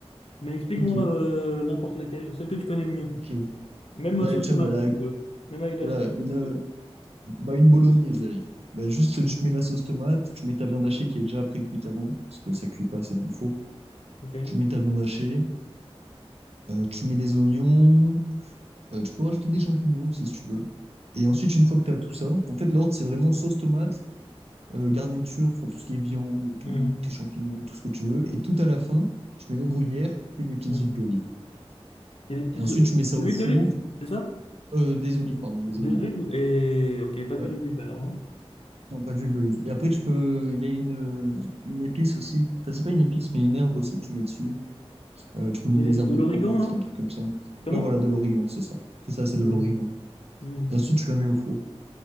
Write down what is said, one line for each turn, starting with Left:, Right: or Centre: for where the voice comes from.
Left: Mais explique-moi
Right: Ok,
Left: euh, n'importe laquelle, celle que tu connais le mieux.
Right: ok.
Left: Même
Right: Bah,
Left: euh, sauce
Right: tiens,
Left: tomate,
Right: bah, la...
Left: si tu veux. Même avec de
Right: voilà,
Left: la sauce
Right: une, euh,
Left: tomate.
Right: Bah, une bolognaise, allez. Bah, juste,
Left: Mm.
Right: tu mets la sauce tomate, tu mets ta viande hachée qui est déjà pré-cuite avant, parce que ça cuit pas assez dans le four.
Left: Ok.
Right: Tu mets ta viande hachée, euh, tu mets des oignons, euh, tu peux rajouter des champignons aussi si tu veux. Et ensuite, une fois que tu as tout ça, en fait, l'ordre, c'est vraiment sauce tomate, euh, garniture, enfin tout ce qui est viande, tous
Left: Mm.
Right: tes champignons, tout ce que tu veux. Et tout à la fin, tu mets le gruyère, puis des petites
Left: Mm.
Right: huiles d'olive.
Left: Et des petites...
Right: Et ensuite,
Left: De
Right: tu mets ça au
Left: l'huile
Right: four,
Left: d'olive, c'est ça?
Right: euh, des olives, pardon, des
Left: Des
Right: olives.
Left: olives et... Ok, pas
Right: Ouais.
Left: d'huile d'olive alors, hein.
Right: Non, pas de jus d'olive. Et après, tu peux. Il y a une, une épice aussi. Enfin, c'est pas une épice, mais une herbe aussi que tu mets dessus. Euh, tu
Left: Ok.
Right: peux mettre des herbes
Left: De
Right: de
Left: l'origan,
Right: Provence
Left: non?
Right: ou un truc comme ça.
Left: Comment?
Right: Ouais, voilà, de l'origan, c'est ça. C'est ça,
Left: Mm.
Right: c'est de l'origan.
Left: Mm.
Right: Et ensuite, tu la mets au four.